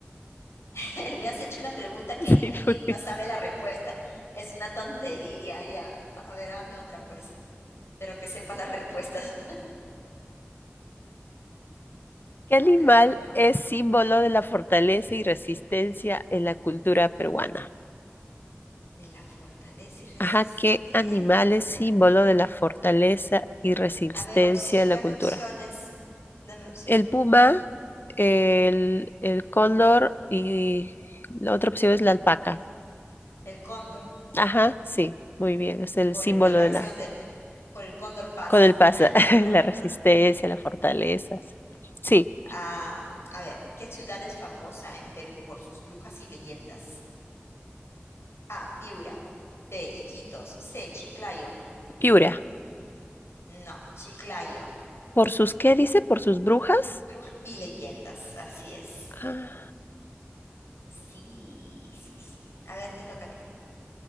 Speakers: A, on the left; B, on the left.
A: <laughs> Me has hecho una pregunta que
B: Sí,
A: ni tú
B: fue.
A: misma sabes la respuesta. Es una tontería, ya. A ver, hazme otra, pues. Pero que sepa las respuestas.
B: ¿Qué
A: <laughs>
B: animal
A: A ver, hazme otra.
B: es símbolo de la fortaleza y resistencia en la cultura peruana?
A: De la fortaleza y resistencia.
B: Ajá, ¿qué animal es símbolo de la fortaleza y resistencia
A: A ver, opcio-
B: en
A: dame
B: la cultura?
A: opciones. Dame opción.
B: El puma, el, el cóndor y la otra opción es la alpaca.
A: El cóndor,
B: Ajá, sí, muy bien, es el
A: por
B: símbolo
A: el- la canción
B: de la,
A: del... Por el cóndor pasa.
B: con el pasa,
A: <laughs>
B: <laughs>
A: Por la ca-
B: la
A: <laughs>
B: resistencia, las fortalezas. Sí,
A: Ah, a ver, ¿qué ciudad es famosa en Perú por sus brujas y leyendas? A. Piura. B. Iquitos. C. Chiclayo.
B: Piura.
A: No, Chiclayo.
B: ¿Por sus qué dice? ¿Por sus brujas?
A: Brujas y leyendas. Así es.
B: Ah,
A: Sí, sí, sí. A ver, te toca a ti.